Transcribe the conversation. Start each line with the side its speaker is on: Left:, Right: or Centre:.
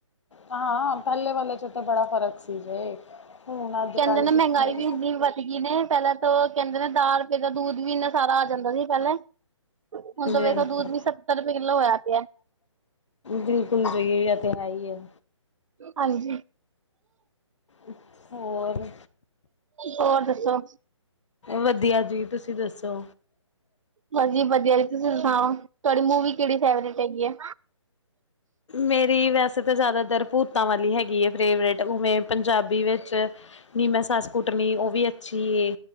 Left: ਹਾਂ- ਹਾਂ ਪਹਿਲੇ ਵਾਲੇ 'ਚ ਤੇ ਬੜਾ ਫ਼ਰਕ ਸੀ ਜੇ ਹੁਣ ਅੱਜ
Right: ਕਹਿੰਦੇ
Left: ਕੱਲ
Right: ਨੇ ਮਹਿੰਗਾਈ
Left: ਕਿੱਥੇ ਹਾਂਜੀ
Right: ਵੀ ਇੰਨੀ ਵੱਧ ਗਈ ਨੇ ਪਹਿਲਾਂ ਤਾਂ ਕਹਿੰਦੇ ਨੇ ਦਾਸ ਰੁਪਏ ਦਾ ਦੂਧ ਵੀ ਇੰਨਾ ਸਾਰਾ ਆ ਜਾਂਦਾ ਸੀ ਪਹਿਲਾਂ ਹੁਣ ਤਾਂ ਵੇਖੋ
Left: ਹਾਂਜੀ
Right: ਦੂਧ ਵੀ ਸੱਤਰ ਰੁਪਏ ਕਿੱਲੋ ਹੋਇਆ ਪਿਆ
Left: ਬਿਲਕੁਲ ਸਹੀਆ ਇਹ ਤੇ ਹੈ ਹੀ ਹੈ
Right: ਹਾਂਜੀ
Left: <unintelligible> ਹੋਰ
Right: ਹੋਰ ਦੱਸੋ
Left: ਵਧੀਆ ਜੀ ਤੁਸੀਂ ਦੱਸੋ
Right: ਬਸ ਜੀ ਵਧੀਆ ਜੀ ਤੁਸੀਂ ਸੁਣਾਓ ਤੁਹਾਡੀ ਮੂਵੀ ਕਿਹੜੀ ਫੇਵਰੇਟ ਹੈਗੀ ਆ
Left: ਮੇਰੀ ਵੈਸੇ ਤਾਂ ਜ਼ਿਆਦਾਤਰ ਭੂਤਾਂ ਵਾਲੀ ਹੈਗੀ ਫੇਵਰੇਟ ਉਵੇਂ ਪੰਜਾਬੀ ਵਿੱਚ ਨੀਮੈਂ ਸੱਸ ਕੁੱਟਣੀ ਉਹ ਵੀ ਅੱਛੀ ਏ